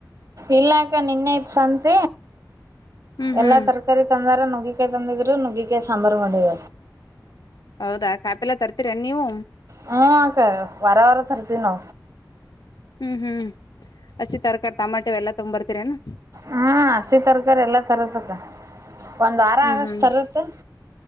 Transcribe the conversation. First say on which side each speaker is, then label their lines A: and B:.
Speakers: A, on the right; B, on the left.
A: ಇಲ್ಲ ಅಕ ನಿನ್ನೆ ತ್ ಸಂತ
B: ಹ್ಮ್ ಹ್ಮ್
A: ಎಲ್ಲಾ ತರಕಾರಿ ತಂದಾರ ನುಗಿ ತಂದಿದ್ರು ನುಗ್ಗಿಕ ಸಾಂಬಾರ್ು ಮಾಡವ
B: ಹೌದಾ ಕಾಪಿಲ್ಲ ತರ್ತೀರ ನೀವು
A: ಹ್ಮ ಆಕ್ಕ ವರ ವರ ಚರ್ಚನೋ
B: ಹ್ಮ್ ಹ್ಮ್ ಹಸಿ ತರಕಾರಿ ಟಮಾಟೋ ಎಲ್ಲ ತಂಬ ಬರ್ತೀರೇನಾ
A: ಹ್ಮ್ ಹಸಿ ತರಕಾರಿ ಎಲ್ಲ ತರತ್ತಕ್ಕ ಒಂದ್ ವಾರ
B: ಹ್ಮ್
A: ಆಗಷ್ಟ್
B: ಹ್ಮ್
A: ತರತ್ತ ಇಲ್ಲ